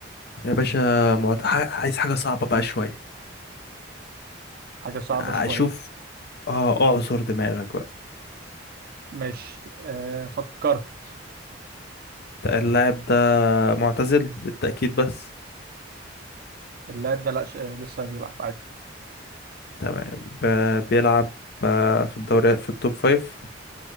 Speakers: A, on the left; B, on the right.
A: يا باشا معت... ح- عايز حاجة صعبة بقى شوية
B: حاجة صعبة
A: أشوف
B: شوية
A: آه أعصر دماغك بقى
B: ماشي آه فكرت
A: اللاعب ده معتزل للتأكيد بس
B: اللاعب ده لا ش... آه، لسه بيلعب عادي
A: تمام ب- بيلعب آه، في الدوري في التوب فايف